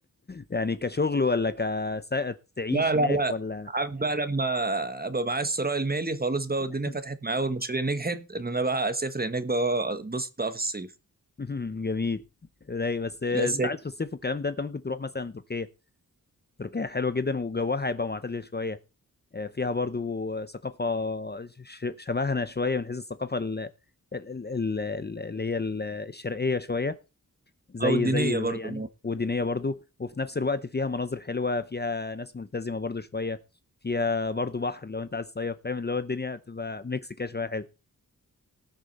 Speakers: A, on the left; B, on the right.
A: يعني كشغل ولا كسائق تعيش
B: لا لا
A: هناك
B: لا
A: ولا
B: عارف بقى لما ابقى معايا الثراء المالي خلاص بقى
A: <laughs>
B: والدنيا فتحت معايا والمشاريع نجحت ان انا بقى اسافر هناك بقى اتبسط بقى في الصيف
A: مهم. جميل رايق بس آه،
B: الاساسي
A: انت عايز في الصيف والكلام ده انت ممكن تروح مثلا تركيا تركيا حلوه جدا وجوها هيبقى معتدل شويه آه، فيها برضو ثقافه ش- شبهنا شويه من حيث الثقافه ال- ال- ال- ال- اللي هي ال- الشرقيه شويه زي
B: او الدينيه
A: زي دبي
B: برضه
A: يعني ودينية برضو وفي نفس الوقت فيها مناظر حلوة فيها ناس ملتزمة برضو شوية فيها برضو بحر لو انت عايز تصيف فاهم اللي هو الدنيا بتبقى ميكس كده شوية حلو